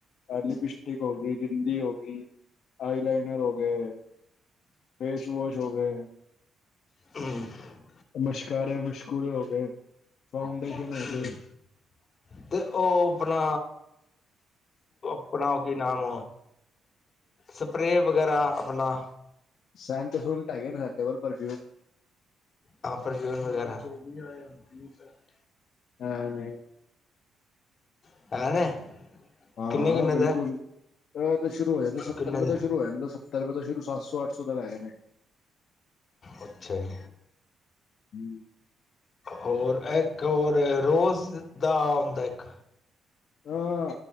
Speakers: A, on the left; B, on the left.
A: ਐ ਲਿਪਸਟਿਕ ਹੋ ਗੀ, ਬਿੰਦੀ ਹੋ ਗਈ, ਆਈ ਲਾਈਨਰ ਹੋ ਗਏ। ਫੇਸ ਵਾਸ਼ ਹੋ ਗਏ।
B: <inaudible>
A: ਮਸ਼ਕਾਰੇ ਮੁਸ਼ਕਾਰੇ ਹੋ ਗਏ। ਫਾਊਂਡੇਸ਼ਨ
B: <inaudible>
A: ਹੋ ਗਏ
B: ਤੇ ਉਹ ਆਪਣਾ ਆਪਣਾ ਉਹ ਕੀ ਨਾਮ ਸਪਰੇ ਵਗੈਰਾ ਆਪਣਾ
A: ਸੈਂਟ ਸੁੰਟ ਹੈਗੇ ਨੇ ਸਾਡੇ ਕੋਲ ਪਰਫਿਊ
B: ਹਾਂ ਪਰਫਿਊਮ ਵਗੈਰਾ <unintelligible>
A: ਹਾਂ ਨਹੀਂ
B: <unintelligible>
A: ਹਾਂ-ਹਾਂ,
B: ਕਿੰਨੇ ਕਿੰਨੇ
A: ਬਿਲਕੁਲ।
B: ਦਾ
A: ਤੇ ਸ਼ੁਰੂ ਹੋ ਜਾਂਦੇ, ਸੱਤਰ
B: ਕਿੰਨੇ
A: ਰੁਪਏ ਤੋਂ
B: ਦਾ
A: ਸ਼ੁਰੂ ਹੋ ਜਾਂਦਾ ਸੱਤਰ ਰੁਪਏ ਤੋਂ ਸ਼ੁਰੂ ਸਤ ਸੌ ਅੱਠ ਸੌ ਤੱਕ ਹੈਗੇ ਨੇ।
B: ਅੱਛਾ ਜੀ।
A: ਹੁੰ।
B: ਔਰ ਇੱਕ ਹੋਰ ਰੋਜ਼ ਦਾ ਹੁੰਦਾ ਇੱਕ?
A: ਹਾਂ